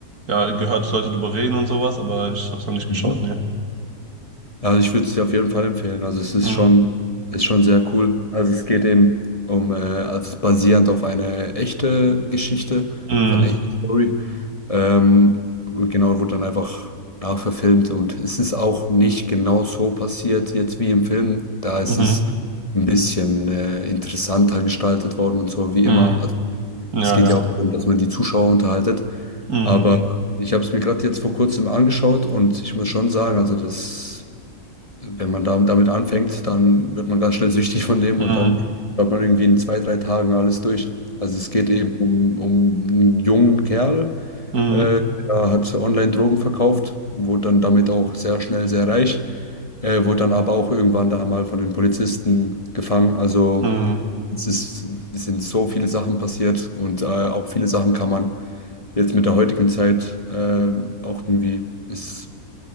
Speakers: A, on the right; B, on the left.
A: ja, gehört, Leute drüber reden und sowas, aber ich hab's noch nicht geschaut,
B: Mhm.
A: ne.
B: Ja, Also ich würde es dir auf jeden Fall empfehlen. Also es ist
A: Mm,
B: schon, ist schon sehr cool. Also es geht eben um, äh, also basierend auf eine echte Geschichte,
A: mm,
B: auf eine echte Story. Ähm, genau, wurde dann einfach nachverfilmt und es ist auch nicht genau so passiert jetzt wie im Film. Da ist
A: mhm,
B: es ein bisschen äh, interessanter gestaltet worden und so wie
A: mm,
B: immer. Also
A: ja,
B: es geht
A: ja.
B: ja auch darum, dass man die Zuschauer unterhaltet.
A: Mm,
B: Aber ich habe es mir gerade jetzt vor kurzem angeschaut und ich muss schon sagen, also das wenn man da, damit anfängt, dann wird man ganz schnell süchtig von dem
A: mm,
B: und dann hat man irgendwie in zwei, drei Tagen alles durch. Also es geht eben um, um einen jungen Kerl,
A: mm,
B: äh, der hat online Drogen verkauft, wurde dann damit auch sehr schnell sehr reich, äh, wurde dann aber auch irgendwann da mal von den Polizisten gefangen. Also
A: mm,
B: es ist, es sind so viele Sachen passiert und äh, auch viele Sachen kann man jetzt mit der heutigen Zeit äh, auch irgendwie ist